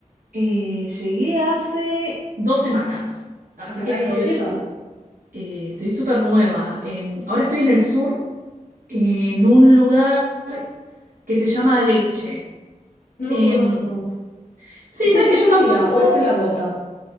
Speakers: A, on the right; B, on the left.
A: Eh, llegué hace dos semanas, así
B: Ah, caray,
A: que estoy,
B: ¿ya llevas?
A: eh, estoy súper nueva. Em, ahora estoy en el sur, en un lugar que se llama Lecce.
B: No
A: Em,
B: lo conozco.
A: Sí,
B: ¿Es
A: sabes
B: en Sicilia
A: que yo tampoco.
B: o es en La Bota?